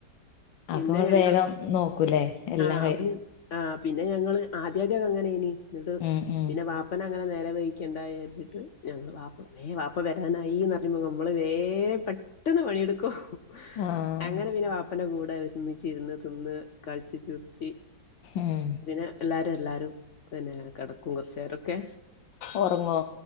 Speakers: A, on the left; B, on the left.
A: പിന്നെ
B: അപ്പൊ ഇങ്ങള്
A: ഞങ്ങള്
B: വേഗം നോക്കൂലേ എല്ലാം
A: ആഹ്
B: കഴി
A: അപ്പ ഞങ് ആഹ് പിന്നെ ഞങ്ങള് ആദ്യദ്യതങ്ങനെയിനി ന്നിട്ട്
B: ഉം ഉം
A: പിന്നെ വാപ്പനെ അങ്ങനെ നേരെ വേയിക്കേണ്ട വിചാരിച്ചിട്ട് ഞങ്ങള് വാപ്പ അപ്പ വരാനായിന്നറയ്മ്പോ ഞമ്മള് വേ പെട്ടെന്ന് പണിയെടുക്കോഹ്
B: ആഹ്
A: അങ്ങനെ പിന്നെ വാപ് അപ്പന കൂടെ ഒരുമിച്ചിരുന്ന് തിന്ന് കളിച്ച് ചിരിച്ചു പിൻ
B: ഉം
A: പിന്നെ എല്ലാരും എല്ലാരും പിന്നെ കെടക്കും കൊറച്ചേരൊക്കെ
B: ഒറങ്ങോ